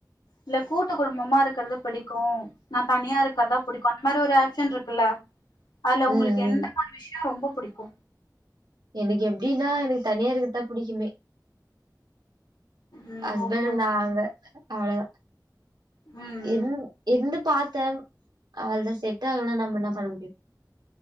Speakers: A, on the left; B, on the right.
A: இல்ல கூட்டு குடும்பமா இருக்கறது பிடிக்கு நா தனியா இருக்கறதா புடிக்கு அந்த மாரி ஒரு ஆப்ஷன் இருக்குல்ல அதுல
B: ம்
A: உங்களுக்கு
B: ம்.
A: எந்த மாரி விஷ்யோ ரொம்ப புடிக்கு
B: எனக்கு எப்டின்னா எனக்கு தனியா இருக்கதா புடிக்குமே
A: ம்
B: ஹஸ்பண்ட்
A: ஓகே ஓகே
B: நாங்க அவ்ளதா
A: ம்
B: இருந் இருந்து பாத்தே அவளதா செட் ஆகல நம்ப என்ன பண்ண முடியு